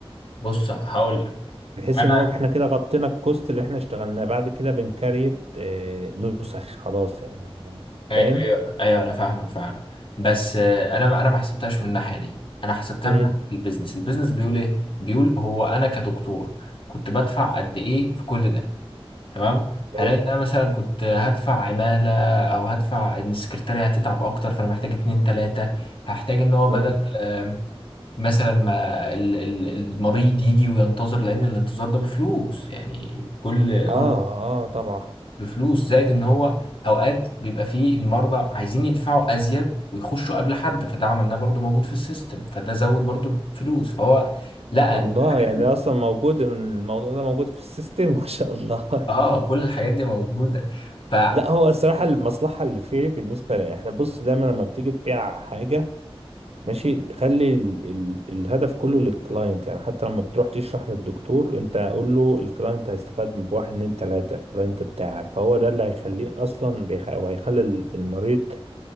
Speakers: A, on the left (about 55°); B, on the right (about 80°).
A: بص هقول لك
B: بحيث
A: انا
B: ان هو احنا كده غطينا الكوست اللي احنا اشتغلناه بعد كده بنكريت اه، نسخ خلاص يعني
A: أي-
B: فاهم؟
A: ايوه ايوه انا فاهمك فعلا بس آه، انا ما انا ما حسبتهاش من الناحية دي انا حسبتها
B: امم
A: من ناحية البيزنس البيزنس بيقول ايه بيقول هو انا كدكتور كنت بدفع قد ايه في كل ده تمام هلاقي
B: حلو.
A: إن انا مثلا كنت هدفع عمالة او هدفع ان السكرتارية هتتعب اكتر فانا محتاج اتنين تلاتة هحتاج ان هو بدل
B: امم
A: آم، مثلا ما ال- ال- المريض يجي وينتظر لان الانتظار ده بفلوس يعني كل
B: اه
A: كل
B: اه طبعا
A: بفلوس زائد ان هو اوقات بيبقى فيه المرضى عايزين يدفعوا ازيد ويخشوا قبل حد فده عملناه برضو موجود في السيستم فده زود برضو الفلوس فهو لا
B: والله
A: إن الحاجات
B: يعني
A: ال-
B: اصلا موجود الموضوع ده موجود في السيستم <laughs> ما شاء الله
A: اه
B: <laughs>
A: كل الحاجات دي موجودة ف
B: لا هو الصراحه المصلحه اللي فيه بالنسبه لي احنا بص دايما لما بتيجي تبيع حاجه ماشي خلي ال ال الهدف كله للكلاينت يعني حتى لما بتروح تشرح للدكتور انت قول له الكلاينت هيستفاد من بواحد اتنين تلاته الكلاينت بتاعك فهو ده اللي هيخليه اصلا بيخ- وهيخلي ال- المريض